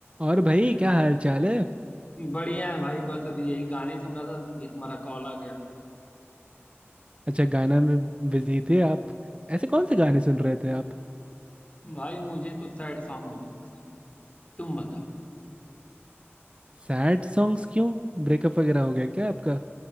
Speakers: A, on the right; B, on the left.
A: और भाई क्या हाल चाल है
B: बढ़िया है भाई बस अभी यही गाने सुन रहा था तो भी तुम्हारा कॉल आ गया
A: अच्छा गाना में बिजी थे आप ऐसे कौन से गाने सुन रहे थे आप
B: भाई मुझे तो सैड सॉन्ग बहुत पसंद है तुम बताओ
A: सैड सॉन्ग्स क्यों ब्रेकअप वगैरह हो गया क्या आपका